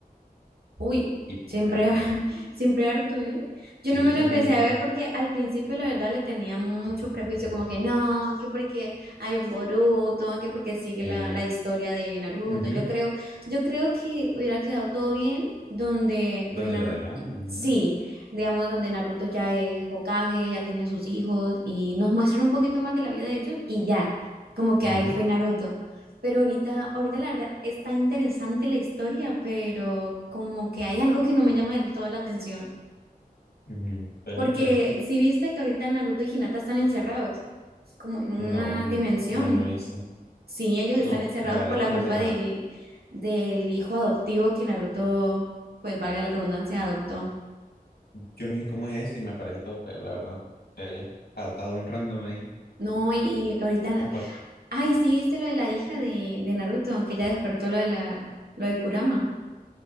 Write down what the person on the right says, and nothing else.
Uy,
siempre,
<laughs> siempre harto, ¿eh? Yo
no me
lo empecé
a ver porque al principio la verdad le tenía mucho prejuicio, como que no, que porque hay un Boruto, que porque sigue
la, la historia de Naruto.
Yo creo, yo creo que hubiera quedado todo bien donde
hubieran,
sí,
digamos, donde Naruto ya es Hokage, ya tiene sus hijos y nos muestran un poquito más de la vida de ellos y ya, como que
ahí fue Naruto. Pero ahorita, ahorita la verdad está interesante la historia, pero como que hay algo que no me llama del todo la atención.
Porque
si viste que ahorita Naruto y Hinata están encerrados, como en una
dimensión.
Sí, ellos están
encerrados
por
la
culpa
del, del hijo adoptivo que Naruto, pues valga la redundancia, adoptó.
No, y, y ahorita,
ay, sí, viste lo de la hija de, de Naruto, que ya despertó lo de la, lo de Kurama.